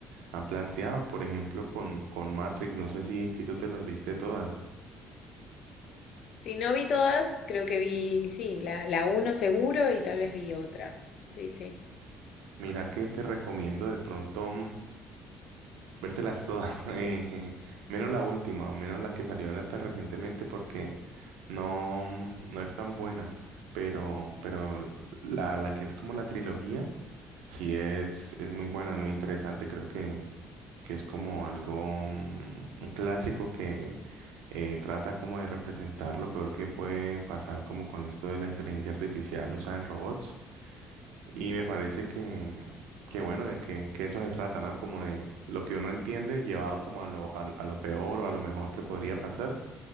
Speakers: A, on the right; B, on the left.
A: han planteado, por ejemplo con, con Matrix, no sé si, si tú te las viste todas.
B: Si no vi todas, creo que vi, sí, la, la uno seguro y tal vez vi otra. Sí, sí.
A: Mira que te recomiendo de pronto. Vértelas todas, <laughs> eh, menos la última, menos la que salió ahorita recientemente porque no, no es tan buena, pero, pero la, la que es como la trilogía, sí es, es muy buena, es muy interesante, creo que, que es como algo, mm, un clásico que eh, trata como de representar lo peor que puede pasar como con esto de la inteligencia artificial usada en robots. Y me parece que, que bueno, de que, que eso se trata, ¿no? Como de lo que uno entiende llevado como a lo, a, a lo peor o a lo mejor que podría pasar.